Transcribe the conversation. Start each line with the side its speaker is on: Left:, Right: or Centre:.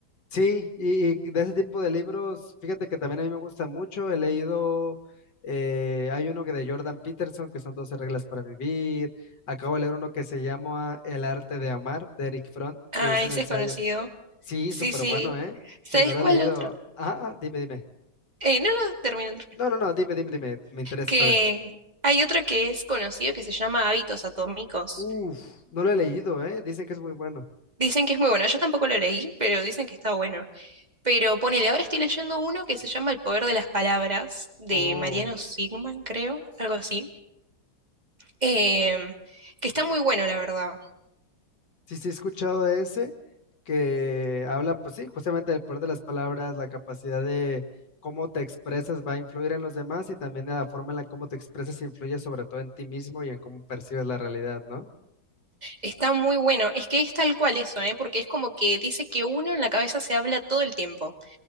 Left: Sí, y, y de ese tipo de libros, fíjate que también a mí me gusta mucho, he leído, eh, hay uno que de Jordan Peterson, que son 12 reglas para vivir, acabo de leer uno que se llama El arte de amar, de Eric Fromm,
Right: Ah,
Left: que es un
Right: ese
Left: ensayo.
Right: es conocido.
Left: Sí,
Right: Sí,
Left: súper
Right: sí.
Left: bueno, ¿eh?
Right: ¿Sabes
Left: Si no lo
Right: cuál
Left: has leído,
Right: otro?
Left: ah, ah, dime, dime.
Right: Eh, no, no, termino, termino.
Left: No, no, no, dime, dime, dime, me interesa
Right: Que
Left: saber.
Right: hay otro que es conocido que se llama Hábitos Atómicos.
Left: Uf, no lo he leído, ¿eh? Dice que es muy bueno.
Right: Dicen que es muy bueno. Yo tampoco lo leí, pero dicen que está bueno. Pero ponele, ahora estoy leyendo uno que se llama El poder de las palabras, de
Left: Oh,
Right: Mariano Sigman, creo, algo así. Em, que está muy bueno, la verdad.
Left: Sí, sí, he escuchado de ese que habla, pues sí, justamente del poder de las palabras, la capacidad de cómo te expresas va a influir en los demás y también de la forma en la cómo te expresas influye sobre todo en ti mismo y en cómo percibes la realidad, ¿no?
Right: Está muy bueno. Es que es tal cual eso, ¿eh? Porque es como que dice que uno en la cabeza se habla todo el tiempo.